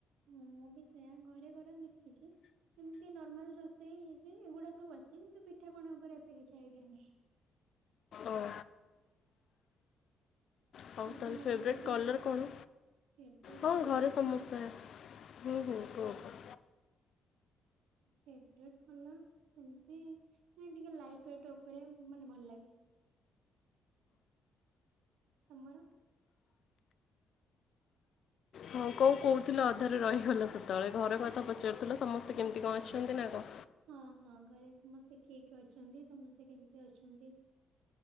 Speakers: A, on the right; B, on the left.
A: ହଁ ମୁଁ ବି ସେଇୟା ଘରେ ଘର ଦେଖିଛି। ଏମିତି ନର୍ମାଲ ରୋଷେଇ ଇଏ ସିଏ ଏଗୁଡା ସବୁ ଆସେ କିନ୍ତୁ ପିଠା କଣ ଉପରେ ଏତେ କିଛି ଆଇଡିଆ ନାହିଁ।
B: ଓହୋ। ହଉ
A: ଆଉ
B: ତାହେଲେ
A: ତମ
B: ଫେବରେଟ୍
A: ଘରେ ସମସ୍ତେ
B: କଲର୍ କଣ?
A: ଫେବରେଟ
B: ହଁ
A: କଲର
B: ଘରେ ସମସ୍ୟା।
A: କଣ?
B: ହୁଁ ହୁଁ ହଁ।
A: ଫେବରେଟ କଲର୍ ସେମତି ମାନେ ଟିକେ ଲାଇଟ ୱେଟ୍ ଉପରେ ମାନେ ଭଲ ଲାଗେ। ତମର।
B: ହଁ କୋଉ କହୁଥିଲେ ଅଧାରେ ରହିଗଲେ ସେତେବେଳେ ଘର କଥା ପଚାରୁଥିଲ ସମସ୍ତେ କେମିତି କଣ ଅଛନ୍ତି ନା କଣ
A: ହଁ ହଁ ଘରେ ସମସ୍ତେ କିଏ କି ଅଛନ୍ତି? ସମସ୍ତେ କେମିତି ଅଛନ୍ତି?